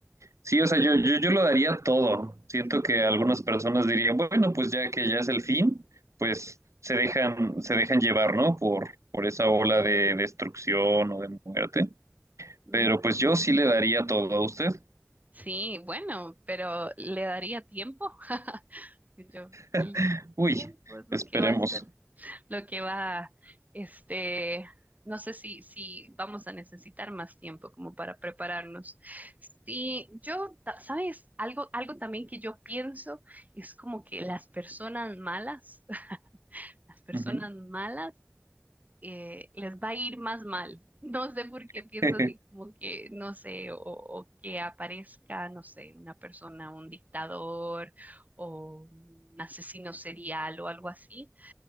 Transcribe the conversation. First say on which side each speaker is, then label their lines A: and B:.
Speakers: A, on the right; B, on the right.
A: sí, o sea, yo, yo, yo lo daría todo. Siento
B: <clears throat>
A: que algunas personas dirían, bueno, pues ya que ya es el fin, pues se dejan, se dejan llevar, ¿no? Por, por esa ola de destrucción o de muerte.
B: Ujú.
A: Pero pues yo sí le daría todo a usted.
B: Sí, bueno, pero le daría tiempo. Yo, el
A: <laughs> Uy,
B: tiempo es lo
A: esperemos.
B: que va a hacer, lo que va, este, no sé si, si vamos a necesitar más tiempo como para prepararnos. Sí, yo, ta- ¿sabes? Algo, algo también que yo pienso es como que las personas malas, <laughs> las personas
A: Ujú.
B: malas eh, les va a ir más mal. No sé por qué
A: <laughs>
B: pienso así como que, no sé, o, o que aparezca, no sé, una persona, un dictador o un asesino serial o algo así,